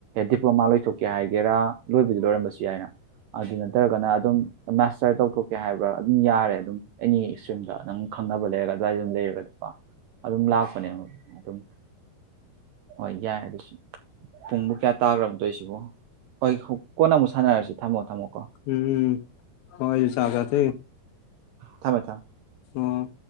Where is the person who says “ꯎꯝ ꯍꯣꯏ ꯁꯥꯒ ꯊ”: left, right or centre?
Left